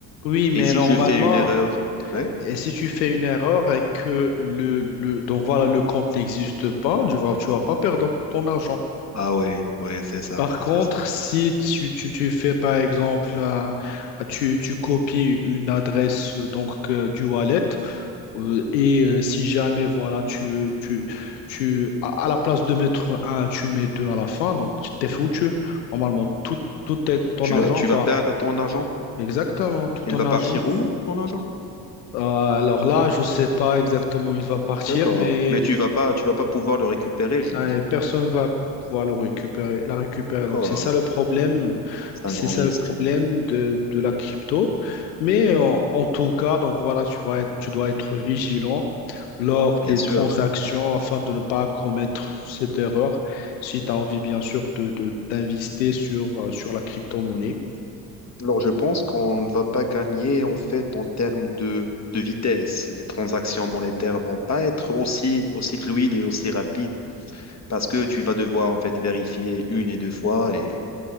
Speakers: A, on the left; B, on the left.
A: oui, mais
B: Et si
A: normalement,
B: je fais une erreur, ouais.
A: Et si tu fais une erreur et que le, le donc voilà le compte n'existe pas, tu vas, tu vas pas perdre ton argent.
B: Ah ouais, ouais, c'est ça,
A: Par contre,
B: c'est ça.
A: si tu, tu, tu fais par exemple, un- tu, tu copies une adresse euh, donc euh, du wallet euh, et euh, si jamais voilà tu, tu, tu à, à la place de mettre un, tu mets deux à la fin, donc tu t'es foutu. Normalement, tout, tout est- ton
B: Tu
A: argent
B: vas, tu vas
A: va
B: perdre ton argent?
A: exactement tout
B: Il
A: ton
B: va
A: argent.
B: partir où, ton argent?
A: Euh, alors là, je sais pas exactement où il va partir,
B: D'accord.
A: mais
B: Mais tu vas pas, tu vas pas pouvoir le récupérer, j'imagine.
A: Ouais, personne va pouvoir le récupérer, la récupérer.
B: D'accord.
A: Donc, c'est ça le problème.
B: C'est
A: C'est
B: un grand
A: ça
B: risque,
A: le problème de, de la crypto. Mais en, en tout cas, donc voilà, tu vas être- tu dois être vigilant lors
B: bien
A: des
B: sûr.
A: transactions afin de ne pas commettre cette erreur si tu as envie, bien sûr, de, de- d'investir sur, euh, sur la crypto-monnaie.
B: Alors, je pense qu'on ne va pas gagner, en fait, en termes de, de vitesse. Les transactions monétaires vont pas être aussi, aussi fluides et aussi rapides parce que tu vas devoir, en fait, vérifier une et deux fois et,